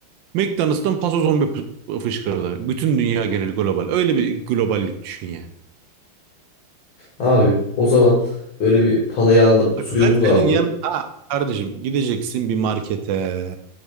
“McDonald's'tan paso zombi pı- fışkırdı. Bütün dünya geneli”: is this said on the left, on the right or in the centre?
Right